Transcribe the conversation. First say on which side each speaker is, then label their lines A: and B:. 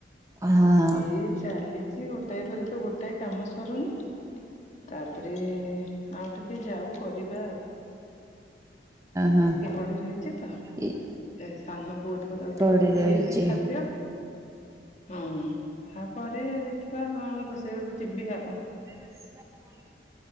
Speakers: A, on the right; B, on the left.
A: ହଁ
B: ଏଇ ଚାଲି ଚି ଗୋଟାଏ ପରେ ତ ଗୋଟାଏ କାମ ସରୁନି। ତାପରେ ଆଉ ଟିକେ ଯାଉ କରିବା।
A: ହଁ।
B: ଟିକେ <inaudible> ରହିଛି ତ
A: ଇ-
B: ଏ ସାନ ପୁଅଟା ତ ତାକୁ
A: ପଡି
B: ଟିକେ ଖୁଏଇବି
A: ରହିଛି।
B: ଖାଦ୍ୟ। ହଁ, ହଁ ତାପରେ ଦେଖିବା କଣ ରୋଷେଇ ଘରକୁ ଯିବି ଆଉ।
A: ଁ